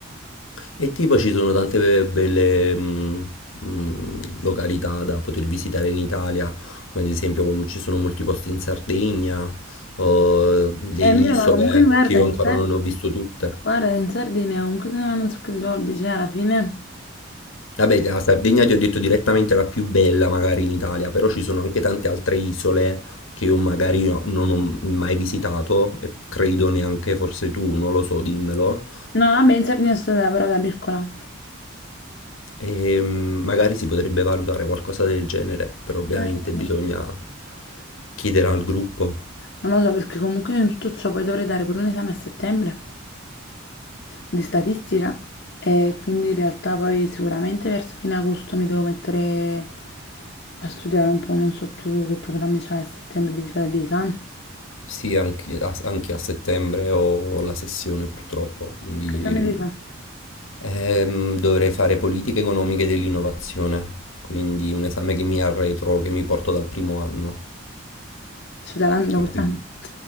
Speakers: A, on the left; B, on the left.
A: E tipo ci sono tante belle mh, mh, località da poter visitare in Italia, come ad esempio come ci sono molti posti in Sardegna, o le
B: Eh,
A: isole
B: mira, ma comunque guarda,
A: che io
B: in
A: ancora
B: Sardegna,
A: non ho visto tutte.
B: guarda, in Sardegna comunque se ne vanno un sacco di soldi, cioè alla fine...
A: Vabbè, la Sardegna ti ho detto direttamente è la più bella magari in Italia, però ci sono anche tante altre isole che io magari no- non ho mai visitato e credo neanche forse tu, non lo so, dimmelo
B: No, vabbè, in Sardegna sono stata però da piccola.
A: E mm, magari si potrebbe valutare qualcosa del genere, però ovviamente
B: Eh.
A: bisogna chiedere al gruppo,
B: Non lo so perché comunque io in tutto ciò poi dovrei dare pure un esame a settembre di statistica e quindi in realtà poi sicuramente verso fine agosto mi devo mettere a studiare un po', non so tu che programmi c'hai a settembre, devi fare degli esami.
A: sì, anche a, anche a settembre ho la sessione purtroppo, quindi
B: Che esami devi fare?
A: ehm, dovrei fare politiche economiche dell'innovazione, quindi un esame che mi arretro, che mi porto dal primo anno.
B: C'è da, da
A: E
B: quest'anno?
A: quindi-